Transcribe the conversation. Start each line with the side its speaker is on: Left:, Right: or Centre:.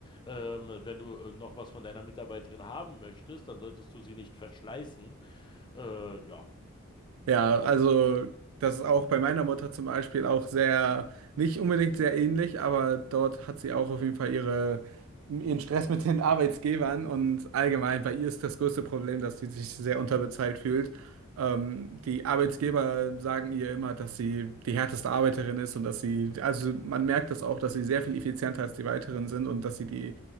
Left: Ähm, wenn du äh, noch was von deiner Mitarbeiterin haben möchtest, dann solltest du sie nicht verschleißen. Äh, ja.
Right: Ja, also das ist auch bei meiner Mutter zum Beispiel auch sehr, nicht unbedingt sehr ähnlich, aber dort hat sie auch auf jeden Fall ihre, ihren Stress mit den Arbeitsgebern und allgemein bei ihr ist das größte Problem, dass sie sich sehr unterbezahlt fühlt. Ähm, die Arbeitsgeber sagen ihr immer, dass sie die härteste Arbeiterin ist und dass sie, also man merkt das auch, dass sie sehr viel effizienter als die weiteren sind und dass sie die